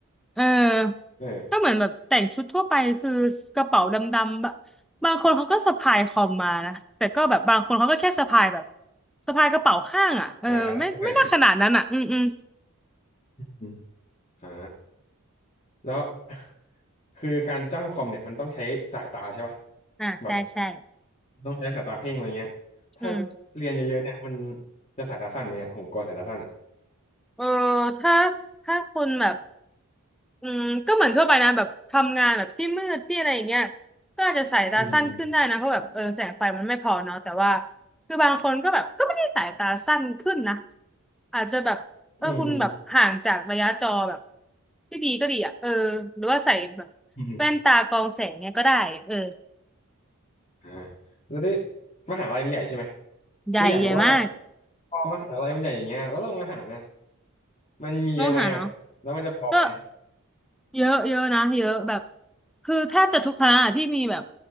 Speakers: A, in the centre; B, on the left.
A: เออ
B: เออ
A: ก็เหมือนแบบแต่งชุดทั่วไปคือกระเป๋าดำๆแบบบางคนเขาก็สะพายคอมมานะแต่ก็แบบบางคนเขาก็แค่สะพายแบบสะพายกระเป๋าข้างอ่ะเออไม่ไม่น่าขนาดนั้นอ่ะอืมอืม
B: อ่าสะพายเฉยอมอ่า แล้ว <laughs> คือการจ้องคอมเนี่ยมันต้องใช้สายตาใช่ป่ะ
A: อ่าใช่ใช่
B: แบบต้องใช้สายตาเพ่งอะไรเงี้ยถ้าเรียนเยอะๆเนี่ยมัน
A: อืม
B: จะสายตาสั้นไหมอ่ะผมกลัวสายตาสั้นอ่ะ
A: เออถ้าถ้าคุณแบบ อืมก็เหมือนทั่วไปนะแบบทำงานแบบที่มืดที่อะไรอย่างเงี้ยก็อาจจะสายตาสั้นขึ้นได้นะเพราะแบบเออแสงไฟมันไม่พอเนาะแต่ว่า
B: อืม
A: คือบางคนก็แบบก็ไม่ได้สายตาสั้นขึ้นนะอาจจะแบบเออคุณแบบห่างจากระยะจอแบบ
B: อืมอืม
A: ที่ดีก็ดีอ่ะเออหรือว่าใส่แบบแว่นตากรองแสงเนี้ยก็ได้เออ
B: อืมอืมอมอ่าแล้วที่มหาลัยมันใหญ่ใช่ไหม
A: ใหญ่ใหญ่มาก
B: คืออยากรู้ว่าพอมหาลัยมันใหญ่อย่างเงี้ยแล้วโรงอาหารนะมันมีเยอะไหมอ่ะแล้วมันจะพอไหม
A: ต้องหาเนาะก็ เยอะเยอะนะเยอะแบบคือแทบจะทุกคณะอะที่มีแบบ